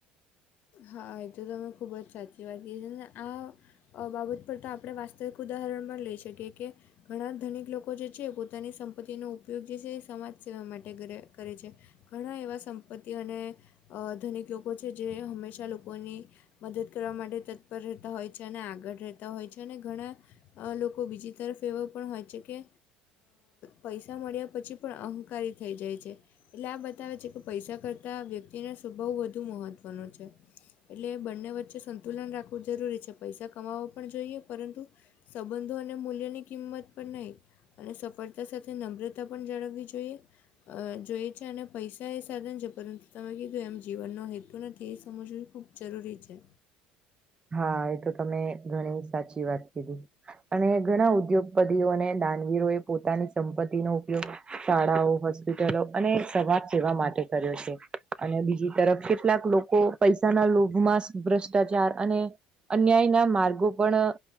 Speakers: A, on the left; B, on the right.
A: હા એ તો તમે ખૂબ જ સાચી વાત કીધી છે ને આ બાબત પર તો આપણે વાસ્તવિક ઉદાહરણમાં લઈ શકીએ કે ઘણા ધનિક લોકો જે છે પોતાની સંપત્તિનો ઉપયોગ જે છે એ સમાજ સેવા માટે કર કરે છે. ઘણા એવા સંપત્તિ અને ધનિક લોકો છે જે હંમેશા લોકો ની મદદ કરવા માટે તત્પર રહેતા હોય છે અને આગળ રહેતા હોય છે અને ઘણા લોકો બીજી તરફ એવા પણ હોય છે કે પૈસા મળ્યા પછી પણ અહંકારી થઈ જાય છે. એટલે આ બતાવે છે કે પૈસા કરતા વ્યક્તિના સ્વભાવ વધુ મહત્વનો છે. એટલે બંને વચ્ચે સંતુલન રાખવું જરૂરી છે પૈસા કમાવો પણ જોઈએ પરંતુ સંબંધો અને મૂલ્યોની કિંમત પણ નહીં અને સફળતા સાથે નમ્રતા પણ જાળવવી જોઈએ. અ જોઈએ છે, અને પૈસા એ સાધન છે, પરંતુ તમે કીધું એમ જીવનનો હેતુ નથી એ સમજવું ખૂબ જરૂરી છે.
B: હા એ તો તમે ઘણી સાચી વાત કીધી. અને ઘણા ઉદ્યોગપતિઓ અને દાનવીરો એ પોતાની સંપત્તિનો ઉપયોગ શાળાઓ હોસ્પિટલો અને સમાજ સેવા માટે કર્યો છે, અને બીજી તરફ કેટલાક લો કો પૈસાના લોભમાં ભ્રષ્ટાચાર અને અન્યાયના માર્ગો પણ